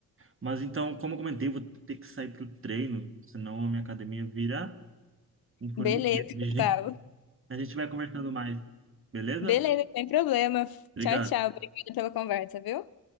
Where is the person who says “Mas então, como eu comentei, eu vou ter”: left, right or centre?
Right